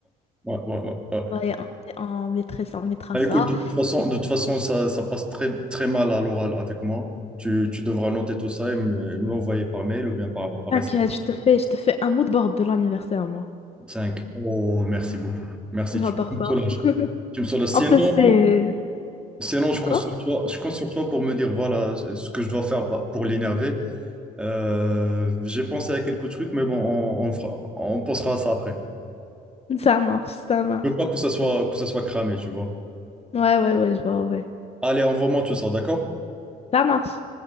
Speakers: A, in the centre; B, on the left.
A: ouais, ouais, ouais, ouais.
B: Ouais, on, on mettrait ça, on mettra
A: Bah,
B: ça.
A: écoute, de toute façon,
B: Et
A: de toute façon ça, ça passe très, très mal à l'oral avec moi. Tu, tu devras noter tout ça et me, et me l'envoyer par mail ou bien par, par
B: t'inquiète,
A: SMS.
B: je te fais, je te fais un mood board de l'anniversaire, moi.
A: 5. Oh, merci beaucoup. Merci,
B: J'adore
A: tu, tu
B: ça.
A: me soulages. Tu me soulages. Sinon,
B: En plus, c'est...
A: sinon je compte
B: Quoi?
A: sur toi, je compte sur toi pour me dire voilà ce ce que je dois faire pa- pour l'énerver. Euh, j'ai pensé à quelques trucs, mais bon, on, on fera- on pensera à ça après.
B: Ça marche, ça marche.
A: Je veux pas que ça soit, que ça soit cramé, tu vois.
B: Ouais, ouais, ouais, je vois, ouais.
A: Allez, envoie-moi tout ça, d'accord?
B: Ça marche.